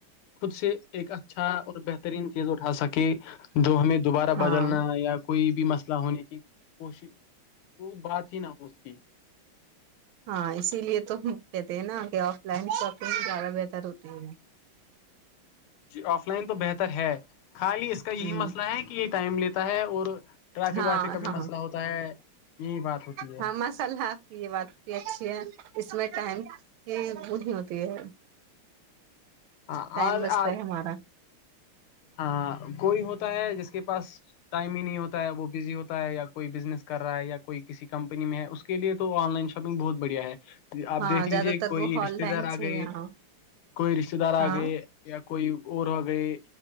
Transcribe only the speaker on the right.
ہاں
ہاں اسی لیے تو کہتے ہیں نا کہ آف لائن شاپنگ زیادہ بہتر ہوتی ہے
ہوں
ہاں
ہاں
ہاں مسالحہ کی یہ بات کیے اس میں ٹائم ہی وہ نہیں ہوتی ہے
ٹائم بچتا ہے ہمارا
ہاں
زیادہ تر
وہ
آن لائن
سے
ہاں
ہاں